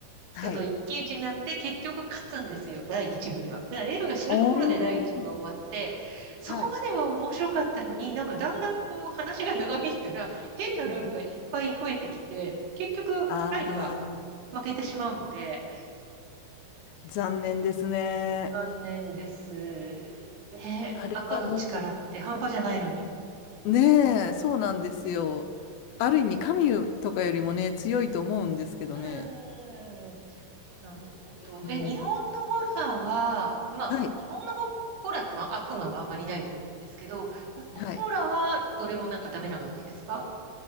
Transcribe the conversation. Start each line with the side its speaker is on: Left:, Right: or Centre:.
Right: 人と一騎打ちになって、
Left: はい。
Right: 結局勝つんですよ、第一部では。だから L が死ぬところで第一部が終わって、
Left: おー。
Right: そこまでは面白かったのに、
Left: はい。
Right: なんかだんだんこう話が長引いたら、変なルールがいっぱい増えてきて、結局、
Left: ああ、
Right: ライトが負けてしまうので、
Left: 残念ですね。
Right: 残念です。ね、
Left: あれはも
Right: 悪の力って半端じゃないのに。
Left: う、ねえ、そうなんですよ。ある意味、神とかよりもね、強いと思うんですけどね。
Right: うーん。なるほど。
Left: うん。
Right: え、日本のホラーは、まあ、
Left: はい。
Right: 日本のホホラーって、まあ、悪魔はあんまりないと思うんですけど、日本のホラーはどれもなんかダメな感じですか
Left: はい。